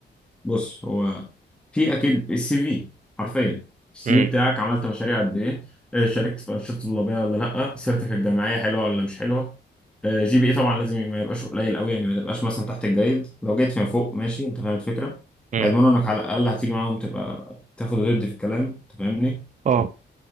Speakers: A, in the centre; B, on the right.
A: بص هو في اكيد السي في حرفيا السي
B: امم
A: في بتاعك عملت مشاريع قد ايه آه، شاركت في انشطه طلابيه ولا لا سيرتك الجامعيه حلوه ولا مش حلوه آه، جي بي اي طبعا لازم ما يبقاش قليل قوي يعني ما تبقاش مثلا تحت الجيد لو جيت فيما فوق ماشي انت فاهم الفكره
B: امم
A: هيضمنوا انك على الاقل هتيجي معاهم تبقى تاخد وتدي في الكلام انت فاهمني
B: اه